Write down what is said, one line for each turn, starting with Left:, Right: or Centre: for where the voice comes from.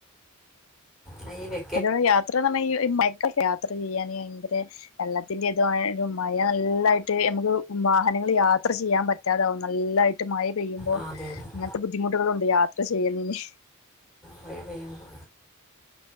Centre: ഹൈവേ
Left: അതോലെ യാത്രന്ന് പറഞ്ഞാ ഈ <unintelligible> യാത്ര ചെയ്യാന് ഭയങ്കര വെള്ളത്തിന്റെ ഇതു ഒരു മയ നല്ലായിട്ട് ഞമ്മക്ക് വാഹനങ്ങളിയാത്ര ചെയ്യാൻ പ റ്റാതാവും നല്ലായിട്ട് മയ പെയ്യുമ്പോ
Centre: ആ അതെ അതെ
Left: അങ്ങനത്തെ ബുദ്ധിമുട്ടുകളുംണ്ട് യാത്ര ചെയ്യ്ണേന്
Centre: മഴ പെയ്യണ്ട്